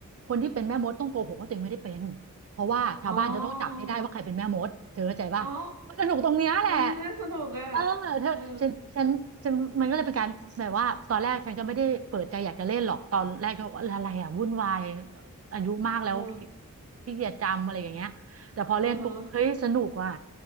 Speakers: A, on the right (about 50°); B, on the right (about 85°).
A: คนที่เป็นแม่มดต้องโกหกว่าตัวเองไม่ได้เป็นเพราะว่าชาวบ้านจะต้องจับให้ได้ว่าใครเป็นแม่มดเธอเข้าใจป่ะ
B: อ๋ออ๋อ
A: มันสนุกตรงเนี้ยแหละ
B: เออน่าสนุกอ่ะ
A: เออเธอฉันฉันฉันมันก็เลยเป็นการแบบว่าตอนแรกฉันก็ไม่ได้เปิดใจอยากจะเล่นหรอก
B: เออ
A: ตอนแรกก็ว่าอะไรอ่ะวุ่นวายอายุมากแล้วขี้
B: เออ
A: ขีเกียจจำอะไรอย่างเงี้ยแต่พอเล่นปุ๊บเฮ้ยสนุกว่ะ
B: เออฮะ